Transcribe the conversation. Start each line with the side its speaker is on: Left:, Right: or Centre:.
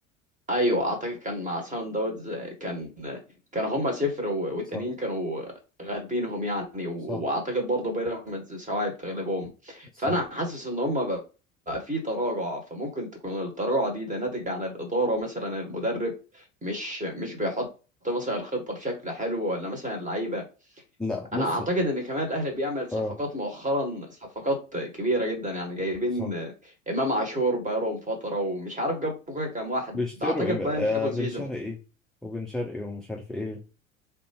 Right: ايوه اعتقد كان مع ساوند داونز كان كانوا هما صفر و- والتانيين
Centre: صح
Right: كانوا غالبينهم يعني و-
Centre: صح
Right: واعتقد برضه بيراميدز سواعي بتغلبهم
Centre: صح
Right: فانا حاسس ان هما بقى بقى في تراجع فممكن تكون التراجع دي ده ناتج عن الادارة مثلا المدرب مش مش بيحط مثلا الخطة بشكل حلو ولا مثلا اللعيبة
Centre: لا بص
Right: انا اعتقد ان كمان الاهلي بيعمل صفقات
Centre: اه
Right: مؤخرا صفقات كبيره جدا يعني جايبين
Centre: صح
Right: امام عاشور بقالهم فتره ومش عارف جابوا كام واحد
Centre: بيشتروا
Right: ده اعتقد
Centre: ايه بقى؟
Right: باين
Centre: آه
Right: خدوا
Centre: بن
Right: زيزو
Centre: شرقي وبن شرقي ومش عارف ايه